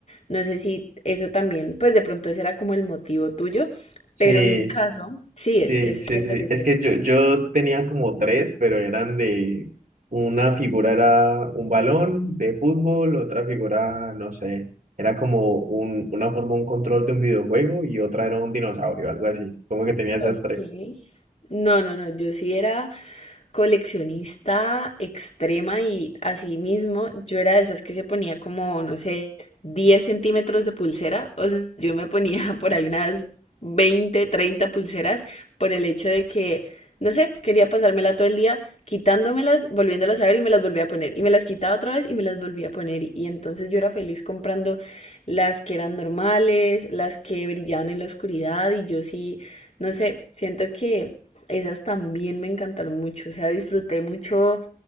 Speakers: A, on the left; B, on the right.
A: No sé si eso también, pues de pronto ese era como el motivo tuyo,
B: Sí,
A: pero en mi caso, sí, es
B: Sí,
A: que siento
B: sí, sí.
A: que es
B: Es
A: eso.
B: que yo, yo tenía como tres, pero eran de una figura era un balón de fútbol, otra figura, no sé, era como un, una forma, un control de un videojuego y otra era un dinosaurio, algo así. Como que tenía esas
A: Ok.
B: tres.
A: No, no, no, yo sí era coleccionista extrema y así mismo yo era de esas que se ponía como, no sé, 10 centímetros de pulsera. O sea, yo me ponía <laughs> por ahí unas 20 30 pulseras por el hecho de que, no sé, quería pasármela todo el día quitándomelas, volviéndolas a ver y me las volvía a poner. Y me las quitaba otra vez y me las volvía a poner. Y entonces yo era feliz comprando las que eran normales, las que brillaban en la oscuridad y yo sí, no sé, siento que esas también me encantaron mucho, o sea, disfruté mucho.